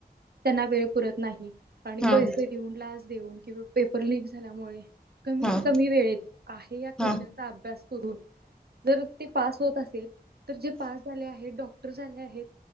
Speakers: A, on the right (about 80°); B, in the centre.
A: त्यांना वेळ पुरत नाही आणि
B: हम्म
A: पैसे देऊन लाज देऊन किंवा पेपर लीक झाल्यामुळे कमीत
B: हम्म
A: कमी वेळेत आहे या क्वेशनचा
B: हम्म
A: अभ्यास करून जर ते पास होत असेल तर जे पास झाले आहेत डॉक् क्टर झाले आहेत